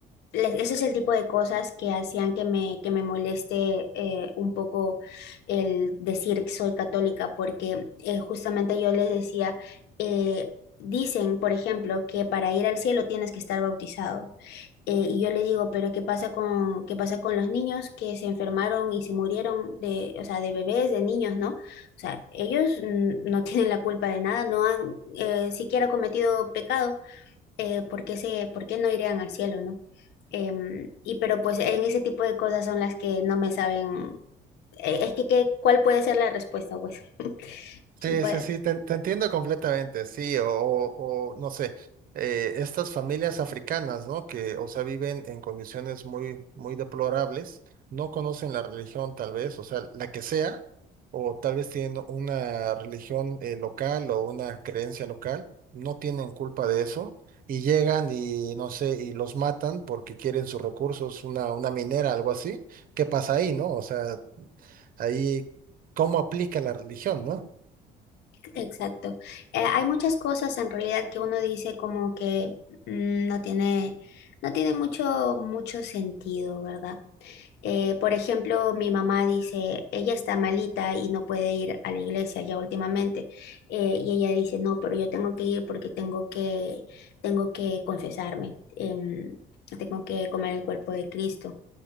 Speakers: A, on the left; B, on the right.
A: le- eso es el tipo de cosas que hacían que me, que me moleste eh, un poco el decir que soy católica, porque eh, justamente yo les decía, eh, dicen, por ejemplo, que para ir al cielo tienes que estar bautizado. Eh, y yo le digo, pero ¿qué pasa con, qué pasa con los niños que se enfermaron y se murieron de, o sea, de bebés, de niños, ¿no? O sea, ellos mm, no <laughs> tienen la culpa de nada, no han eh, siquiera cometido pecado, eh, ¿por qué se, por qué no irían al cielo, ¿no? Em, y pero pues en ese tipo de cosas son las que no me saben, eh, es que, que- ¿cuál puede ser la respuesta, pues? <laughs>
B: Sí,
A: ¿Cuál-
B: sí, sí, te, te entiendo completamente, sí, o, o- o, no sé, eh, estas familias africanas, ¿no? Que, o sea, viven en condiciones muy, muy deplorables, no conocen la religión tal vez, o sea, la que sea, o tal vez tienen una religión eh, local o una creencia local, no tienen culpa de eso, y llegan y, no sé, y los matan porque quieren sus recursos, una, una minera, algo así, ¿qué pasa ahí, no? O sea, ahí, ¿cómo aplica la religión, no?
A: Exacto. Eh, hay muchas cosas en realidad que uno dice como que mm, no tiene, no tiene mucho, mucho sentido, ¿verdad? Eh, por ejemplo, mi mamá dice, ella está malita y no puede ir a la iglesia ya últimamente. Eh, y ella dice, no, pero yo tengo que ir porque tengo que, tengo que confesarme, em, tengo que comer el cuerpo de Cristo